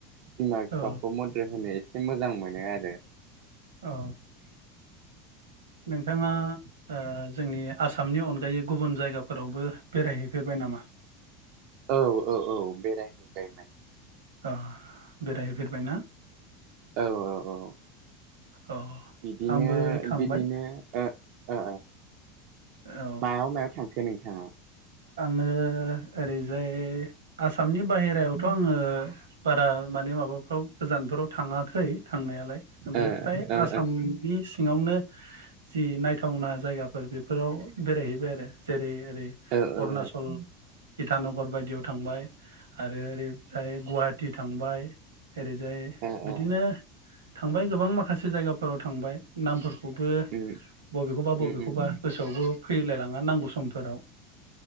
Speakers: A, on the right; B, on the right.
A: बिमा बिफाखौ
B: औ
A: मदद होनो एसे मोजां मोनो आरो
B: औ नों थाङा ओ जोंनि आसामनि अनगायै गुबुन जायगाफोरावबो बेरायहैफेरबाय नामा?
A: औ औ औ बेरायहैबायमोन।
B: ओ बेरायहैफेरबाय ना?
A: औ औ औ
B: अ
A: बिदिनो
B: आंबो थांबाय
A: बिदिनो ओ ओ
B: औ
A: मायाव मायाव थांखो नोंथाङा?
B: आङो ओरैजाय आसामनि बाहेरायावथ आङो बारा माने माबाफ्राव गोजानफोराव थाङाखै थांनायालाय ओमफ्राय
A: ओ
B: फ्राय
A: ओ
B: आसामनि सिङावनो जि नायथावना जायगाफोर बे फोराव बेरायहैबाय आरो जेरै ओरै
A: ओ
B: अरुणाचल
A: ओ
B: इटानगर बायदियाव थांबाय आरो ओरै जाय गुवाहा थि थांबाय ओरैजाय
A: औ ओ
B: बिदिनो
A: ओ
B: थांबाय गोबां माखासे जायगाफोराव थांबाय नामफोरखौ खौबो
A: उम
B: बबेखौबा बबेखौबा
A: उम
B: गोसोआवबो फैलायलाङा नांगौ समफोराव